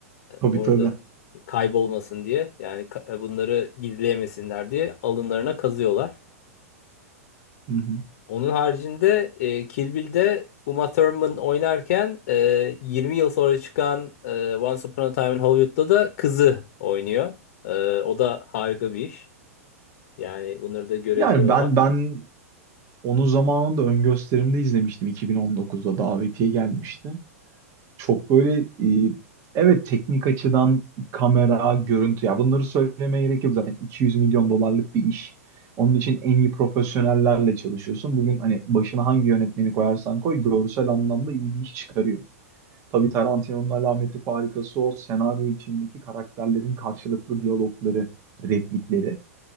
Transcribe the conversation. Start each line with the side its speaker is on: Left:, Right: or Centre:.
Right: Tabii
Left: orada
Right: tabii.
Left: kaybolmasın diye yani ka- e, bunları gizleyemesinler diye alınlarına kazıyorlar.
Right: Hı hı.
Left: Onun haricinde e, Kill Bill'de Uma Thurman oynarken e, 20 yıl sonra çıkan e, Once Upon a Time in Hollywood'da da kızı oynuyor. E, o da harika bir iş. Yani bunları da görebiliyor
Right: Yani ben
Left: olmak.
Right: ben Onu zamanında ön gösterimde izlemiştim 2019'da davetiye gelmişti. Çok böyle e, evet teknik açıdan kamera, görüntü ya bunları söylemeye gerek yok zaten 200 milyon dolarlık bir iş. Onun için en iyi profesyonellerle çalışıyorsun. Bugün hani başına hangi yönetmeni koyarsan koy görsel anlamda iyi bir iş çıkarıyor. Tabii Tarantino'nun alameti farikası o senaryo içindeki karakterlerin karşılıklı diyalogları, replikleri